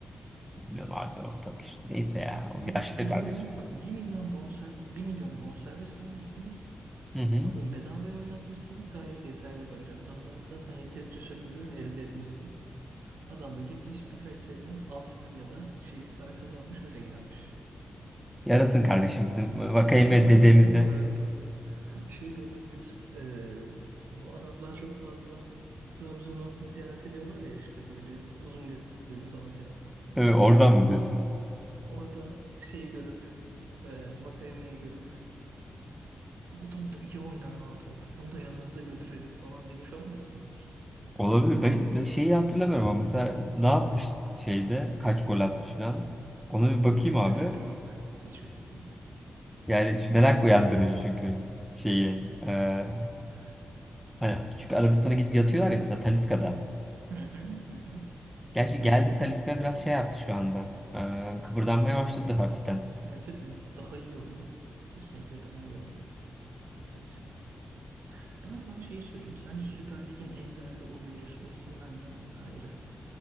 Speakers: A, in the centre; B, on the right.
A: bilmiyorum abi ortak işte. Neyse ya o
B: Ama
A: yaşlı
B: bir
A: kardeşim.
B: milyon bak bir milyon bonsa bir milyon bonservis vermişsiniz.
A: Hı hı.
B: Adam bedavaya oynatmışsınız gayet yeterli bence. Adamdan zaten yeterince sömürü elde etmişsiniz. Adam da gitmiş birkaç sene alfa ya da şey para kazanmış öyle gelmiş.
A: Yarasın kardeşim bizim e, Vakayeme
B: Şey de
A: dedemize.
B: olabilir bu arada. Şey de olabilir. Ee, bu Araplar çok fazla Trabzon'u ziyaret ediyorlar ya işte böyle uzun gölü falan filan.
A: Ö, oradan mı diyorsun?
B: Orada şeyi görüp e, Vakayeme'yi görüp bu adam da iyi oynar ha top. Bunu da yanımızda götürelim falan demiş olmasınlar.
A: Olabilir. Ben ben şeyi hatırlamıyorum ama mesela ne yapmış şeyde kaç gol atmış falan. Ona bir bakayım abi.
B: Bir fikrim yok. Hiçbir fikrim yok.
A: Yani şu merak uyandırıcı çünkü şeyi. e,
B: Hı
A: hani çünkü Arabistan'a gidip yatıyorlar ya mesela Taliska'da.
B: hı hı hı.
A: Gerçi
B: Evet
A: geldi
B: evet.
A: Taliska biraz
B: Kesinlikle.
A: şey yaptı şu anda. Ee, kıpırdanmaya başladı hafiften.
B: Evet, evet, daha iyi oynuyor. Kesinlikle daha iyi oynuyor. Talisca. Ben sana şeyi söyleyeyim. Sence Süper Lig'in en değerli oyuncusu Osimhen'den gayrı